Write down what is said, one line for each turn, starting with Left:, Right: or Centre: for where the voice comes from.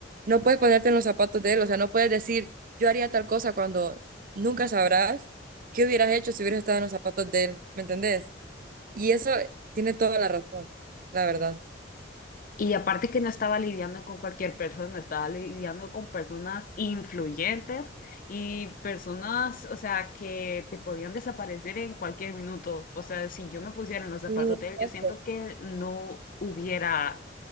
Right: no puedes ponerte en los zapatos de él, o sea, no puedes decir, yo haría tal cosa cuando nunca sabrás. ¿Qué hubieras hecho si hubieras estado en los zapatos de él? ¿Me entendés? Y eso tiene toda la razón, la verdad.
Left: Y aparte que no estaba lidiando con cualquier persona, estaba lidiando con personas influyentes y personas, o sea, que te podían desaparecer en cualquier minuto. O sea, si yo me pusiera en los zapatos
Right: Sí,
Left: de
Right: exacto.
Left: él, yo siento que no hubiera,